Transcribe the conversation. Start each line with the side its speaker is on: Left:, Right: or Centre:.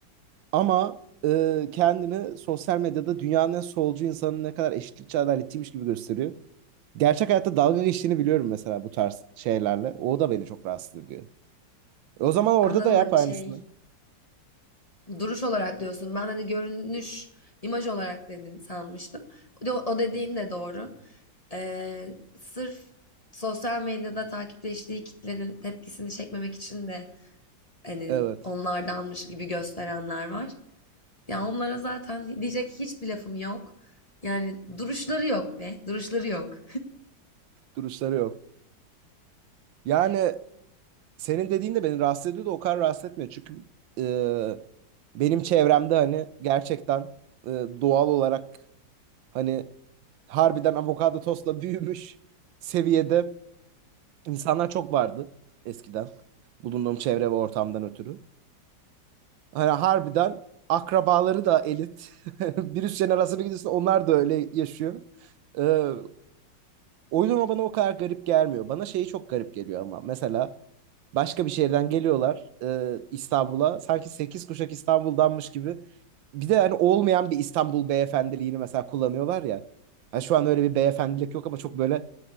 Right: ama e, kendini sosyal medyada dünyanın en solcu insanın ne kadar eşitlikçi adaletliymiş gibi gösteriyor. Gerçek hayatta dalga geçtiğini biliyorum mesela bu tarz şeylerle. O da beni çok rahatsız ediyor. E, o zaman orada
Left: Anladım
Right: da yap
Left: hani
Right: aynısını.
Left: şey Duruş olarak diyorsun. Ben hani görünüş, imaj olarak dedin sanmıştım. O, o dediğin de doğru. Ee, sırf sosyal medyada takipleştiği kitlenin tepkisini çekmemek için de hani
Right: Evet.
Left: onlardanmış gibi gösterenler var. Ya onlara zaten diyecek hiçbir lafım yok. Yani duruşları yok be, duruşları yok.
Right: Duruşları yok. Yani senin dediğin de beni rahatsız ediyor da o kadar rahatsız etmiyor. Çünkü e, benim çevremde hani gerçekten e, doğal olarak Hani harbiden avokado tostla büyümüş seviyede insanlar çok vardı eskiden. Bulunduğum çevre ve ortamdan ötürü. Hani harbiden akrabaları da elit. <laughs> Bir üst jenerasyona gidiyorsun onlar da öyle yaşıyor. Ee, o yüzden o bana o kadar garip gelmiyor. Bana şeyi çok garip geliyor ama. Mesela Başka bir şehirden geliyorlar e, İstanbul'a. Sanki 8 kuşak İstanbul'danmış gibi. Bir de hani olmayan bir İstanbul beyefendiliğini mesela kullanıyorlar ya. Ha şu an öyle bir beyefendilik yok ama çok böyle